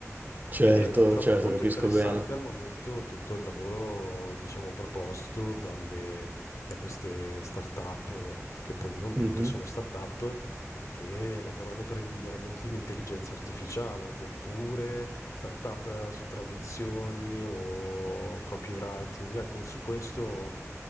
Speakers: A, on the right; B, on the left.
A: certo,
B: e trovo
A: certo,
B: molto
A: capisco
B: interessante
A: bene.
B: al momento tutto il lavoro, diciamo, proposto dalle, da queste start-up, che poi non
A: Mhm.
B: tutte sono start-up, che lavorano per il miglioramento dell'intelligenza artificiale, oppure start-up su traduzioni o copywriting. Ecco, su questo...